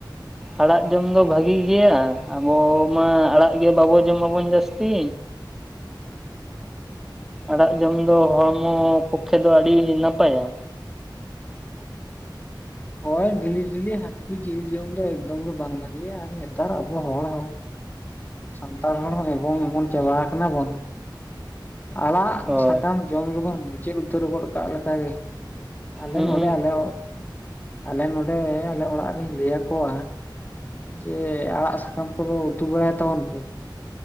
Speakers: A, in the centre; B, on the left.
A: ᱟᱲᱟᱜ ᱡᱚᱢ ᱫᱚ ᱵᱷᱟᱹᱜᱤ ᱜᱮᱭᱟ ᱟᱵᱚ ᱢᱟ ᱟᱲᱟᱜ ᱜᱮ ᱵᱟᱵᱚ ᱡᱚᱢᱟᱵᱚᱱ ᱡᱟᱹᱥᱛᱤ ᱟᱲᱟᱜ ᱡᱚᱢ ᱫᱚ ᱦᱚᱲᱢᱚ ᱯᱚᱠᱠᱷᱮ ᱫᱚ ᱟᱹᱰᱤ ᱱᱟᱯᱟᱭᱟ
B: ᱦᱳᱭ ᱰᱤᱞᱤ ᱰᱮᱞᱤ ᱦᱟᱹᱠᱩ ᱡᱤᱞ ᱡᱚᱢ ᱫᱚ ᱮᱠᱫᱚᱢ ᱜᱮ ᱵᱟᱝ ᱵᱷᱟᱜᱤᱭᱟ ᱟᱨ ᱱᱮᱛᱟᱨ ᱟᱵᱚ ᱦᱚᱲ ᱦᱚᱸ ᱥᱟᱱᱛᱟᱲ ᱦᱚᱲ ᱦᱚᱸ ᱮᱵᱚᱝ ᱮᱢᱚᱱ ᱪᱟᱵᱟ ᱟᱠᱟᱱᱟ ᱵᱚᱱ ᱟᱲᱟᱜ
A: ᱦᱳᱭ
B: ᱥᱟᱠᱟᱢ ᱡᱚᱢ ᱜᱮᱵᱚᱱ ᱢᱩᱪᱟᱹᱫ ᱩᱛᱟᱹᱨ ᱜᱚᱫ ᱠᱟᱜ ᱞᱮᱠᱟᱜᱮ ᱟᱞᱮ
A: ᱦᱩᱸ
B: ᱱᱚᱰᱮ ᱟᱞᱮ ᱟᱞᱮ ᱱᱚᱰᱮ ᱟᱞᱮ ᱚᱲᱟᱜ ᱨᱤᱧ ᱞᱟᱹᱭ ᱟᱠᱚᱣᱟ ᱡᱮ ᱟᱲᱟᱜ ᱥᱟᱠᱟᱢ ᱠᱚᱫᱚ ᱩᱛᱩ ᱵᱟᱲᱟᱭ ᱛᱟᱵᱚᱱ ᱯᱮ